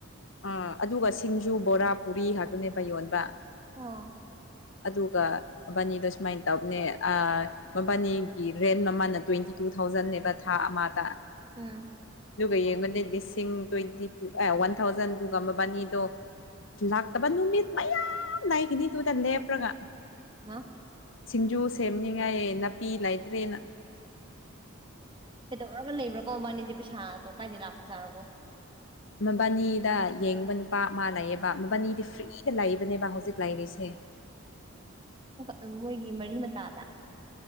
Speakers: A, on the left; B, on the right.
A: ꯑꯥ ꯑꯗꯨꯒ ꯁꯤꯡꯖꯨ ꯕꯣꯔꯥ ꯄꯨꯔꯤ ꯉꯥꯛꯇꯅꯦꯕ ꯌꯣꯟꯕ
B: ꯑꯥ
A: ꯑꯗꯨꯒ ꯃꯕꯥꯅꯤꯗ ꯁꯨꯃꯥꯏꯅ ꯇꯧꯕꯅꯦ ꯃꯕꯥꯅꯤꯒꯤ ꯔꯦꯟ ꯃꯃꯥꯅ ꯇ꯭ꯋꯦꯟꯇꯤ <unintelligible> ꯇꯨ ꯊꯥꯎꯖꯟꯟꯅꯦꯕ ꯊꯥ ꯑꯃꯗ
B: ꯎꯝ
A: ꯑꯗꯨꯒ ꯌꯦꯡꯕꯗ ꯂꯤꯁꯤꯡ ꯇ꯭ꯋꯦꯟꯇꯤ ꯇꯨ ꯑꯦ ꯋꯥꯟ ꯊꯥꯎꯖꯟ ꯇꯨꯒ ꯃꯕꯥꯅꯤꯗꯣ ꯂꯥꯛꯇꯕ ꯅꯨꯃꯤꯠ ꯃꯌꯥꯝꯌꯥꯝ ꯂꯩꯏ ꯀꯅꯤ ꯇꯨꯡꯗ ꯂꯦꯞ꯭ꯔꯒꯥ
B: ꯍꯥ
A: ꯁꯤꯡꯖꯨ ꯁꯦꯝꯅꯤꯉꯥꯏ ꯅꯥꯄꯤ ꯂꯩꯇ꯭ꯔꯦꯅ
B: ꯈꯩꯗꯣꯛꯔꯒ ꯂꯩꯕ꯭ꯔꯀꯣ ꯃꯥꯅꯤꯗꯤ ꯄꯩꯁꯥꯗꯣ ꯀꯥꯏꯗ ꯂꯥꯛꯄꯖꯥꯔꯔꯕꯣ
A: ꯃꯕꯥꯅꯤꯗ ꯌꯦꯡꯕ ꯅꯨꯄꯥ ꯃꯥ ꯂꯩꯑꯕ ꯃꯕꯥꯅꯤꯗꯤ ꯐ꯭ꯔꯤꯗ ꯂꯩꯕꯅꯦꯕ ꯍꯧꯖꯤꯛ ꯂꯩꯔꯤꯁꯦ <inaudible>
B: ꯑꯣ ꯃꯣꯏꯒꯤ ꯃꯔꯤ ꯃꯇꯥꯗ